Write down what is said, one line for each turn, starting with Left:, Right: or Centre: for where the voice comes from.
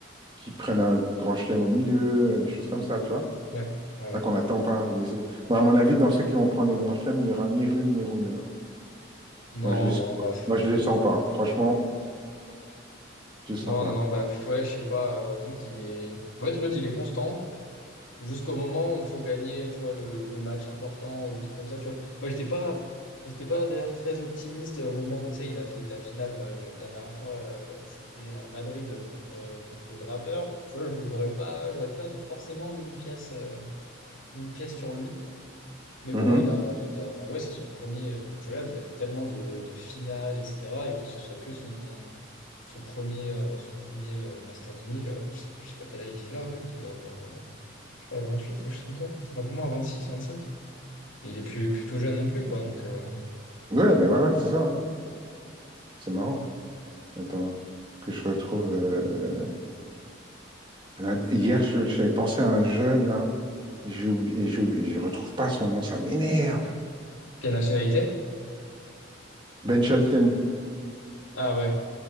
Right: qui prenne un Grand Chelem au milieu, euh, des choses comme ça, tu vois.
Left: Ouais, ouais, ouais.
Right: Ah, qu'on n'attend pas. Mais, je- Moi, à mon avis, dans ceux qui vont prendre les grands chelems, il n'y aura ni Rude ni Runa.
Left: Non,
Right: Moi, je les... sens
Left: non, non,
Right: pas.
Left: baf.
Right: Moi, je les sens pas. Franchement, je les sens
Left: Non,
Right: pas.
Left: non, non, baf. Ouais, je sais pas, euh, Rude, il est. En fait, Rude, il est constant jusqu'au moment où il faut gagner, tu vois, le, le match important ou le truc comme ça, tu vois. Moi, j'étais pas. J'étais pas d'ailleurs très optimiste au moment où, tu sais, il a fait la finale, bah, le- la dernière fois, euh, c'était à Madrid contre, contre Draper. Tu vois, j'aurais pas, j'aurais pas forcément mis une pièce, euh, mis une pièce sur lui. Mais
Right: Mhm.
Left: bon, il a, il a, enfin ouais, c'est son premier. Quand tu regardes, il a fait tellement de, de finales, etc. Et que ce soit que son, son premier, euh, son premier euh, Masters 1000 euh, je sais, je sais pas quel âge il a, Rude, il doit avoir, euh, je sais pas, 28 quelque chose comme ça. Peut-être un peu moins, vingt six vingt cinq Mais il est plus, plus tout jeune non plus, quoi. Donc, euh,
Right: Ouais, mais voilà, c'est ça. C'est marrant. Attends, que je retrouve. euh, là, hier, je, je t'avais pensé à un jeune, là. J'ai oublié, j'ai oublié, je retrouve pas son nom, ça m'énerve.
Left: quelle nationalité?
Right: Ben Shelton.
Left: Ah ouais,